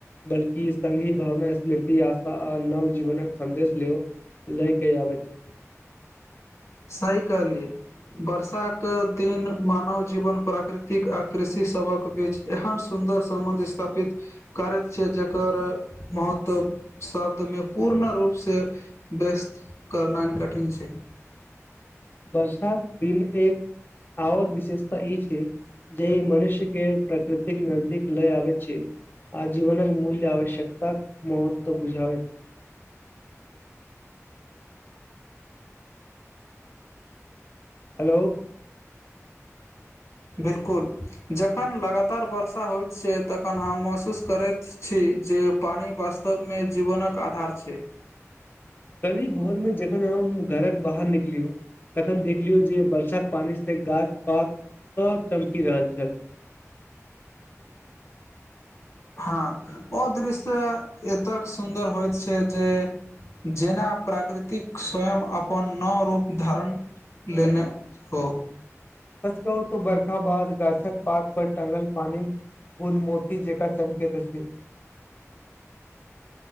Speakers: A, on the left; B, on the left.
A: बल्कि संघी भावना स्मृति आस्था आ नव जीवनक संदेश लेयो लय के आबैत छै।
B: सही कहलियै। वर्षाक दिन मानव जीवन प्राकृतिक आ कृषि सभक बीच एहन सुन्दर सम्बन्ध स्थापित करैत छै जेकर महत्व शब्द मे पूर्ण रूप से व्यस्त करनैन कठिन छै।
A: बरसात दिन एक आओर विशेषता ई छै जे मनुष्य के प्राकृतिक नजदीक लय आबैत छै। आ जीवनक मूल्य आवश्यकता महत्व बुझाबे छै। हल्लौ
B: बिल्कुल जखन लगातार वर्षा होइत छै तखन हम महसूस करैत। छी जे पानी वास्तव मऽ जीवनक कऽ आधार छै।
A: कल्हि भोर मे जखन हम घरक बाहर निकलियो तखन देखलियो जे वर्षा के पानी। गाछ पात सब चमकी रहल छल
B: हँ ओ दृश्य एतेक सुन्दर होइत छै जे। जेना प्राकृतिक स्वयं अपन नौ रूप धारण। लेने हो।
A: सच कहू त बर्खा बाद गाछक पात पर टांगल पानी। उन मोती जेका चमकैत अछि